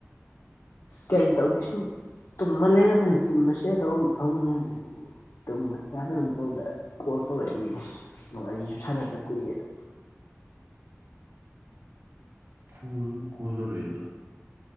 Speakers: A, on the left; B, on the right.
A: ꯀꯩꯝ ꯇꯧꯗꯤ ꯁꯨꯝ ꯇꯨꯝꯃ ꯂꯩꯔꯝꯃꯅꯤ ꯇꯨꯝꯃꯁꯦꯔ ꯇꯧꯔꯝꯃ ꯐꯃꯨꯡ ꯂꯩꯔꯝꯕꯅꯦ ꯑꯗꯨꯒꯤ ꯇ ꯆꯗꯒꯨꯝ ꯇꯧꯗꯅ ꯀꯣꯜ ꯇꯧꯔꯛꯏ ꯃꯤꯅꯦ ꯅꯨꯡꯉꯥꯏꯁꯨ ꯁꯥꯟꯅꯗ ꯀꯨꯏꯔꯦꯗ
B: ꯀꯣ ꯀꯣꯜ ꯇꯧꯔꯛꯏꯕ